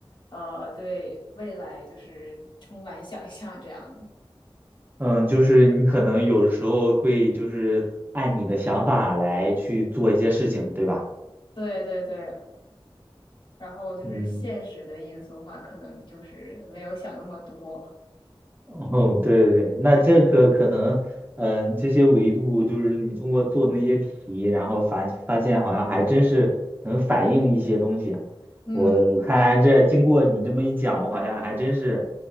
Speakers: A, on the left; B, on the right.
A: 呃对未来就是充满想象这样的。
B: 嗯，就是你可能有时候会就是按你的想法来去做一些事情，对吧？
A: 对对对，然后就是现实的因素的话，
B: 嗯。
A: 可能就是没有想那么多。
B: <laughs> 哦，对对对，那这个可能，嗯，这些维度就是你通过做那些题，然后发发现好像还真是能反映一些东西啊。
A: 嗯，
B: 我我看这经过你这么一讲，我好像还真是，